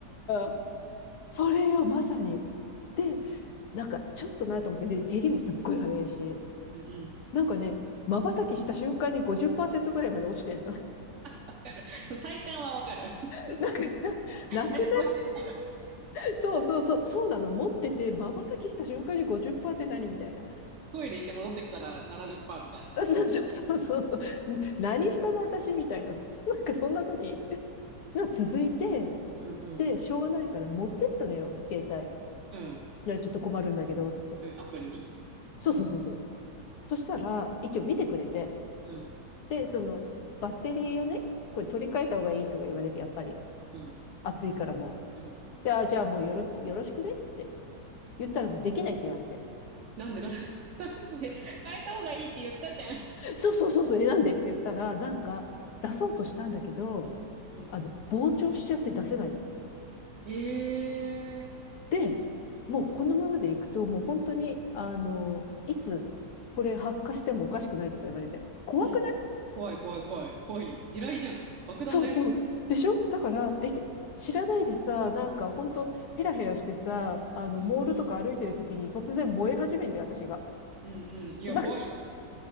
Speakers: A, on the left (about 65°); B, on the right (about 55°).
A: ーそれよ、まさに。で、なんかちょっとなと思って、で減りもすっごい早いし、
B: うんうん。
A: なんかね、瞬きした瞬間に50%ぐらいまで落ちてんの。
B: わかる。その体感はわかる。
A: <laughs> なんか、
B: <laughs>
A: なく
B: 何もしてないのに。
A: ないそうそうそう、そうなの。持ってて、瞬きした瞬間に50%っパーセントって何みたいな。
B: トイレ行って戻ってきたら70%
A: <laughs>
B: みたいなね。
A: あそうそうそうそうそう。な何したの私みたいな。なんかそんな時が <laughs> 続いて、
B: うんうん。
A: で、しょうがないから持ってったのよ、携帯。
B: うん。
A: いや、ちょっと困るんだけどって。
B: うんアプリに
A: そうそうそうそう。そしたら、一応見てくれて。
B: うん。
A: で、その、バッテリーをね、これ取り替えた方がいいとか言われて、やっぱり、
B: うん。
A: 暑いからもう。
B: うん。
A: で、あ、じゃあもうよろ、よろしくねって言ったら、できないって言われて。
B: なんでなんで、<laughs> なんで変えた方がいいって言ったじゃん。
A: そうそうそう、そうえ、なんでって言ったら、なんか、出そうとしたんだけど、
B: うん。
A: あの、膨張しちゃって出せないって。
B: ええ
A: で、もうこのままでいくと、もう本当に、あの、いつ、これ発火してもおかしくないとか言われて、怖くない
B: うん。怖い怖い怖い。怖いよ。地雷じゃん。爆弾だよ。
A: そうそう。でしょだから、え、知らないでさ、なんかほんと、ヘラヘラしてさ、あの、
B: うん。
A: モールとか歩いてる時に突然燃え始めて、
B: うん。
A: 私が。
B: うんうん。
A: <laughs>
B: いや、
A: なんか、
B: 怖い。